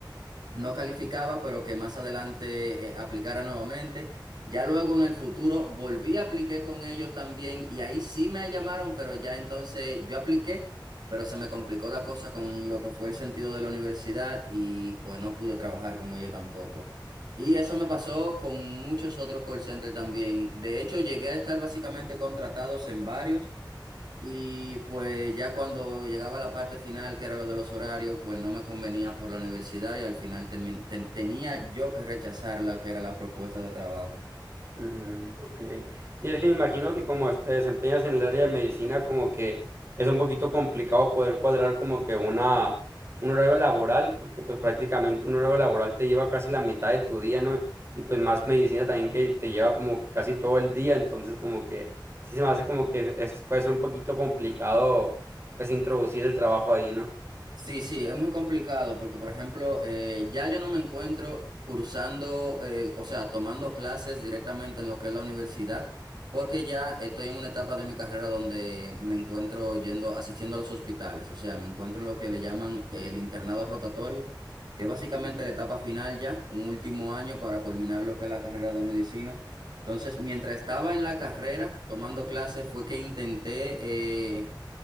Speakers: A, on the right (about 60°); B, on the right (about 35°).
A: no calificaba, pero que más adelante eh, aplicara nuevamente. Ya luego en el futuro volví a apliqué con ellos también y ahí sí me llamaron, pero ya entonces yo apliqué, pero se me complicó la cosa con lo que fue el sentido de la universidad y pues no pude trabajar con ellos tampoco. Y eso me pasó con muchos otros call centers también. De hecho, llegué a estar básicamente contratados en varios. Y pues ya cuando llegaba la parte final, que era lo de los horarios, pues no me convenía por la universidad y al final termin- ten- tenía yo que rechazar la que era la propuesta de trabajo.
B: Mm, ok. Sí, es que me imagino que como te desempeñas en el área de medicina, como que es un poquito complicado poder cuadrar como que una, un horario laboral, porque pues prácticamente un horario laboral te lleva casi la mitad de tu día, ¿no? Y pues más medicina también que te lleva como casi todo el día, entonces como que sí se me hace como que es, puede ser un poquito complicado pues introducir el trabajo ahí, ¿no?
A: Sí, sí, es muy complicado porque, por ejemplo, eh, ya yo no me encuentro cursando, eh, o sea, tomando clases directamente en lo que es la universidad, porque ya estoy en una etapa de mi carrera donde me encuentro yendo, asistiendo a los hospitales, o sea, me encuentro en lo que le llaman el internado rotatorio, que es básicamente la etapa final ya, un último año para culminar lo que es la carrera de medicina. Entonces, mientras estaba en la carrera tomando clases, fue que intenté... eh,